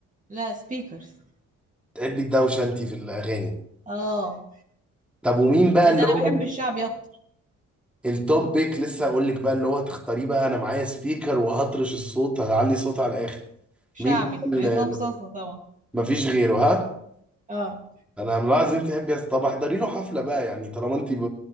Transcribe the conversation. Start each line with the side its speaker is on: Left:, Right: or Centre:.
Right: لا سبيكرز
Centre: تحبي الدوشه انت في الاغاني
Right: اه
Centre: طب ومين بقى
Right: لان
Centre: اللي
Right: انا
Centre: هو
Right: بحب الشعبي اكتر
Centre: التوب بيك لسه هقول لك بقى اللي هو هتختاريه بقى انا معايا سبيكر وهطرش الصوت هعلي صوت على الاخر
Right: شعبي
Centre: مين بقى
Right: عصام
Centre: اللي
Right: صاصة طبعا
Centre: مفيش غيره ها
Right: اه
Centre: انا ملاحظ انت تحبي أس- طب احضري له حفله بقى يعني طالما انت ب...